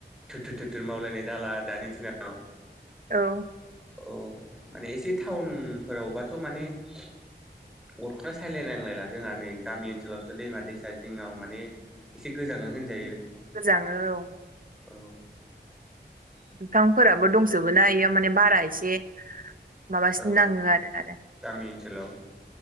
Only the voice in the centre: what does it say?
थोर थोर मावलायनाय जाला दानि दिनाव
औ माने एसे टाउनफोरावबाथ' माने अरखौनो सायलायनांलायला जोंहा नै गामि ओनसोलावसो दैमा दैसा जिङाव माने एसे गोजाङो होनजायो
औ
औ
गामि ओनसोलाव